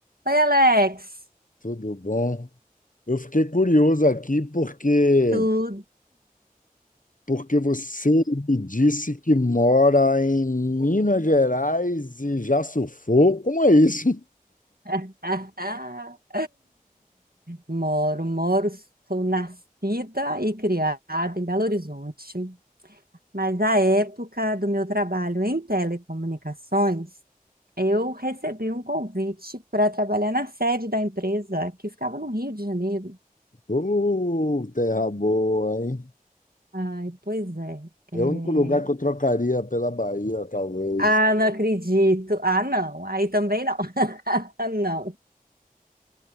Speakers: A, on the right; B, on the left.
A: Oi, Alex.
B: Tudo bom? Eu fiquei curioso aqui porque
A: Tudo?
B: porque você me disse que mora em Minas Gerais e já surfou. Como é isso?
A: <laughs> Moro, moro, sou nascida e criada em Belo Horizonte, mas à época do meu trabalho em telecomunicações, eu recebi um convite para trabalhar na sede da empresa que ficava no Rio de Janeiro.
B: Ô, terra boa, hein?
A: Ai, pois é. é.
B: É o único lugar que eu trocaria pela Bahia, talvez.
A: Ah, não acredito. Ah, não. Aí também não. <laughs> Não.